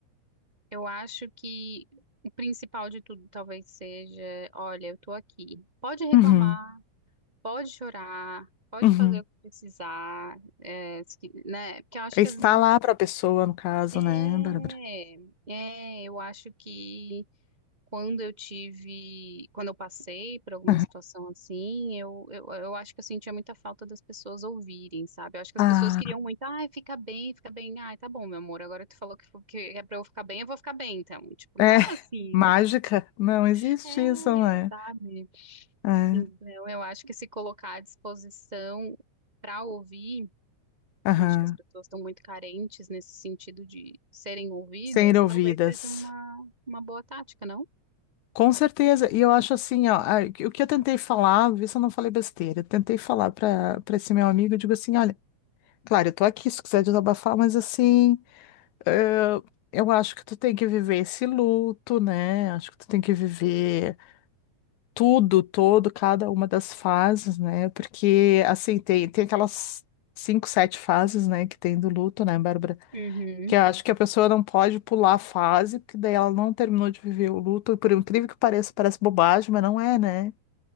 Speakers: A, on the right; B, on the left.
A: eu acho que o principal de tudo talvez seja: olha, eu tô aqui. Pode reclamar,
B: uhum,
A: pode chorar, pode
B: uhum.
A: fazer o que precisar, é, se que- né? Porque eu acho
B: Está
A: que às vezes.
B: lá para a pessoa, no caso,
A: É,
B: né, Bárbara?
A: é, eu acho que. Quando eu tive, quando eu passei por alguma
B: Aham.
A: situação assim, eu, eu, eu acho que eu sentia muita falta das pessoas ouvirem, sabe? Eu acho que
B: Ah,
A: as pessoas queriam muito, ai, fica bem, fica bem, ai, tá bom, meu amor, agora tu falou que, fo- que é pra eu ficar bem, eu vou ficar bem, então. Tipo,
B: É,
A: não é
B: <laughs>
A: assim,
B: mágica?
A: né?
B: Não existe
A: <laughs> É,
B: isso, né?
A: sabe?
B: É,
A: Então, eu acho que se colocar à disposição para ouvir,
B: aham.
A: eu acho que as pessoas estão muito carentes nesse sentido de serem ouvidas,
B: Ser ouvidas.
A: talvez seja uma, uma boa tática, não?
B: Com certeza, e eu acho assim, ó, a- o que eu tentei falar, vê se eu não falei besteira, eu tentei falar para para esse meu amigo, eu digo assim, olha. Claro, eu tô aqui se quiser desabafar, mas assim, eh, eu acho que tu tem que viver esse luto, né? Acho que tu tem que viver tudo, todo, cada uma das fases, né? Porque, assim, tem, tem aquelas cinco, sete fases, né, que tem do luto, né, Bárbara?
A: Uhum.
B: Que eu acho que a pessoa não pode pular a fase, porque daí ela não terminou de viver o luto, por incrível que pareça, parece bobagem, mas não é, né?